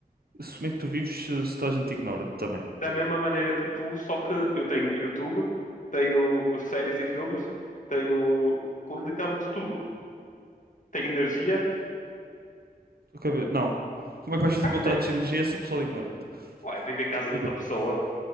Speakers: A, on the right; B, on the left.
A: se- Como é que tu vives se, se toda a gente ignora-te também?
B: da mesma maneira que tu, só que eu tenho YouTube, tenho séries e filmes, tenho com literalmente tudo. Tenho energia?
A: Tua cabe- Não. Como é que vais fazer
B: Claro
A: contratos
B: que tenho.
A: de energia se o pessoal ignora-te?
B: Ué, vivo em casa
A: Explica.
B: de outra pessoa.